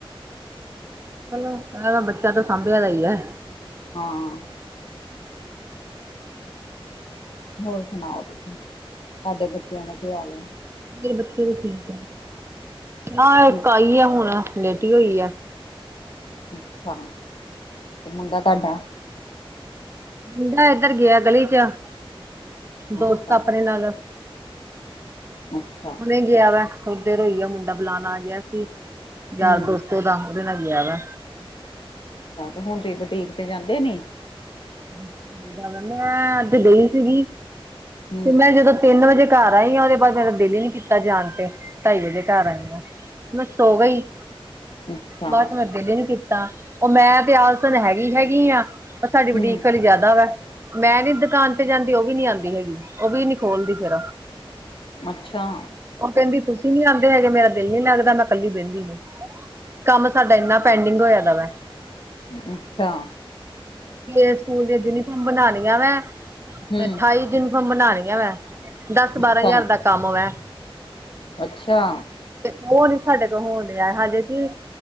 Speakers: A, on the right; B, on the left.
A: ਚਲੋ ਇਹਨਾਂ ਦਾ ਬੱਚਾ ਤਾਂ ਸਾਂਭਿਆ ਦਾ ਹੀ ਐ।
B: ਹਾਂ। ਹੋਰ ਸੁਣਾਓ ਤੁਸੀਂ, ਸਾਡੇ ਬੱਚਿਆਂ ਦਾ ਕੀ ਹਾਲ ਐ?
A: ਮੇਰੇ ਬੱਚੇ ਤੇ ਠੀਕ ਐ, ਆਹ
B: ਠੀਕ
A: ਇੱਕ ਆਈ ਐ ਹੁਨ ਲੇਟੀ ਹੋਈ ਐ।
B: ਅੱਛਾ ਤੇ ਮੁੰਡਾ ਤੁਹਾਡਾ?
A: ਮੁੰਡਾ ਏਧਰ ਗਿਆ ਗਲੀ 'ਚ ਦੋਸਤ
B: ਅੱਛਾ
A: ਆਪਨੇ ਨਾਲ।
B: ਅੱਛਾ।
A: ਨੇ ਗਿਆ ਵਾ ਥੋੜੀ ਦੇਰ ਹੋਈ ਆ, ਮੁੰਡਾ ਬੁਲਾਨ ਆ ਗਿਆ ਸੀ, ਯਾਰ
B: ਹਮ
A: ਦੋਸਤ ਓਹਦਾ, ਉਹਦੇ ਨਾਲ ਗਿਆ ਵਾ।
B: ਅੱਛਾ ਤੇ ਹੁਨ ਤੁਹੀ ਬੁਟੀਕ ਤੇ ਜਾਂਦੇ ਨੀ।
A: <unintelligible> ਮੈਂ ਅੱਜ ਗਈ ਸੀਗੀ
B: ਹਮ
A: ਤੇ ਮੈਂ ਜਦੋਂ ਤਿੰਨ ਵਜੇ ਘਰ ਆਈ ਆ, ਉਹਦੇ ਬਾਅਦ ਮੇਰਾ ਦਿਲ ਹੀ ਨੀ ਕੀਤਾ ਜਾਨ ਤੇ ਢਾਈ ਵਜੇ ਘਰ ਆਈ ਆਾਂ। ਮੈਂ ਸੋ ਗਈ।
B: ਅੱਛਾ
A: ਬਸ ਮੈਂ ਦਿਲ ਹੀ ਨੀ ਕੀਤਾ, ਉਹ ਮੈਂ ਤੇ ਆਲਸਨ ਹੈਗੀ, ਹੈਗੀ ਆਂ। ਸਾਡੀ ਬੁਟੀਕ
B: ਹਮ
A: ਵਾਲੀ ਜਾਦਾ ਵਾ। ਮੈਂ ਨੀ ਦੁਕਾਨ ਤੇ ਜਾਂਦੀ, ਉਹ ਵੀ ਨੀ ਆਂਦੀ ਹੈਗੀ, ਉਹ ਵੀ ਨੀ ਖੋਲਦੀ ਫੇਰ।
B: ਅੱਛਾ।
A: ਉਹ ਕਹਿੰਦੀ ਤੁਸੀਂ ਨੀ ਆਂਦੇ ਹੈਗੇ, ਮੇਰਾ ਦਿਲ ਨੀ ਲੱਗਦਾ ਮੈਂ ਕੱਲੀ ਬਹਿੰਦੀ ਨੀ ਕੰਮ ਸਾਡਾ ਇੰਨਾ ਪੈਂਡਿੰਗ ਹੋਇਆ ਦਾ ਵੈ।
B: ਅੱਛਾ।
A: ਪਲੇ ਸਕੂਲ ਦੀ ਯੂਨੀਫਾਰਮ ਬਨਾਨੀਆਂ ਵੈ,
B: ਹਮ
A: ਮੈਂ ਅਠਾਈ ਜੂਨ ਬਨਾਨੀਆਂ ਮੈਂ, ਦਸ
B: ਅੱਛਾ
A: ਬਾਰਾਂ ਹਜ਼ਾਰ ਦਾ ਕੰਮ ਵੈ।
B: ਅੱਛਾ।
A: ਤੇ ਉਹ ਨੀ ਸਾਡੇ ਕੋਲ ਹੋਣ ਡਿਆ, ਹਜੇ ਕੀ